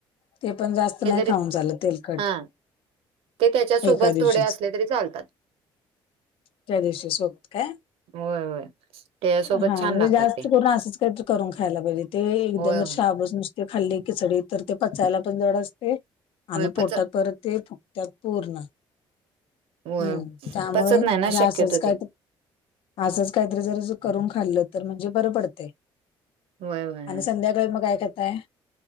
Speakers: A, on the left; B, on the right.
A: ते पण जास्त
B: ते
A: नाही
B: जरी
A: खाऊन चालत तेलकट
B: हा ते त्याच्यासोबत
A: एका दिवशीच
B: थोडे असले तरी चालतात
A: त्या दिवशी सोबत काय
B: होय होय त्याच्यासोबत
A: हा
B: छान
A: म्हणजे
B: लागतात
A: जास्त
B: ते.
A: करून असंच काही तरी करून खायला पाहिजे ते एकदम
B: होय होय
A: शाबुच नुसते खाल्ले खिचडी तर ते पचायला पण जड असते आणि
B: होय
A: पोटात
B: पच
A: परत ते फुगत्यात पूर्ण
B: होय
A: हम्म त्यामुळे
B: पचत
A: हे
B: नाही ना
A: असंच
B: शक्यतो
A: काय
B: ते.
A: तर असंच काहीतरी जर करून खाल्लं तर म्हणजे बरं पडतंय
B: होय होय
A: आणि संध्याकाळी मग काय करताय